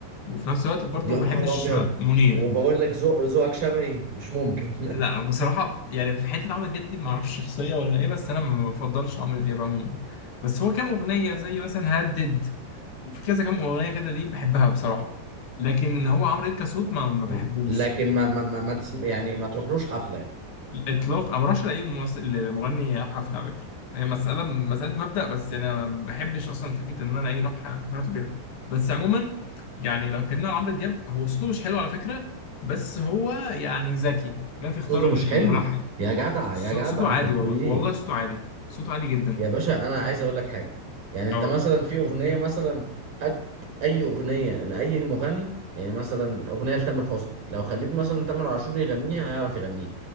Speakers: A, on the left; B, on the right.
A: وفي نفس الوقت برضه
B: يا
A: ما
B: نهار
A: بحبش
B: أبيض
A: م- منير
B: وبقول لك ذوق ذوقك شبهي مش ممكن
A: لا بصراحه يعني في حته عمرو دياب دي ما اعرفش شخصيه ولا ايه بس انا ما بفضلش عمرو دياب عموما بس هو كام اغنيه زي مثلا هدد في كذا كام اغنيه كده ليه بحبها بصراحه لكن هو عمرو دياب كصوت ما ما
B: <laughs>
A: بحبوش
B: لكن ما ما ما, ما تسم... يعني ما تروحلوش حفلة
A: الاطلاق انا ما بروحش لاي ممثل مغني حفله على فكره هي مساله مساله مبدا بس انا ما بحبش اصلا فكره ان انا ايه اروح حفلاته كده بس عموما يعني لو اتكلمنا عن عمرو دياب هو صوته مش حلو على فكره بس هو يعني ذكي جه في اختيار
B: صوته
A: الملحن
B: مش حلو يا جدع
A: صو-
B: يا جدع
A: صوته
B: انت
A: عادي
B: بتقول
A: والله
B: ايه
A: والله صوته عادي صوته عادي جدا
B: يا باشا انا عايز اقول لك حاجه يعني انت
A: اه
B: مثلا في اغنيه مثلا هات اي اغنيه لاي مغني يعني مثلا اغنيه لتامر حسني لو خليت مثلا تامر عاشور يغنيها هيعرف يغنيها